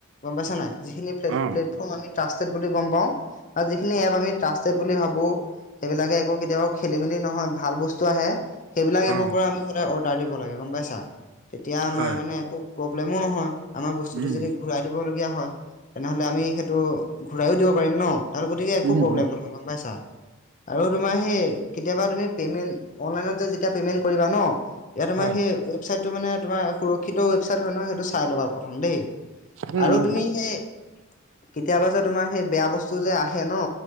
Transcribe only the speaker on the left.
গম পাইছা নাই যিখিনি প্লেটফৰ্ম
আমি। ট্ৰাষ্টটেট বুলি গম পাওঁ। আৰু যিখিন এপ আমি ট্ৰাষ্টেত বুলি ভাবো সেইবিলাকে একো কেতিয়াবা খেলি মেলি নহয় ভাল বস্তু আহে। সেইবিলাক এপৰ
পৰা আমি সদায় অৰ্ডাৰ দিব লাগে গম পাইছা তেতিয়া আমাৰ
মানে একো প্ৰব্লেমও নহয় আমাৰ বস্তুটো
যদি ঘূৰাই দিবলগীয়া হয় তেনেহ'লে আমি সেইটো ঘূৰায়ো দিব পাৰিম ন। আৰু গতিকে একো
প্ৰব্লেম
নহয় গম পাইছা। আৰু তোমাৰ সেই কেতিয়াবা তুমি পে'মেণ্ট অনলাইনত যে যেতিয়া পে'মেণ্ট কৰিবা ন। ইয়াত তোমাৰ
সেই ৱেবচাইটটো মানে তোম সুৰক্ষিত ৱেবচাইট হয় নহয় সেইটো চাই ল'ব আৰু প্ৰথম দেই।
আৰু
তুমি সেই কেতিয়াবা যে তোমাৰ সেই বেয়া বস্তু যে আহে ন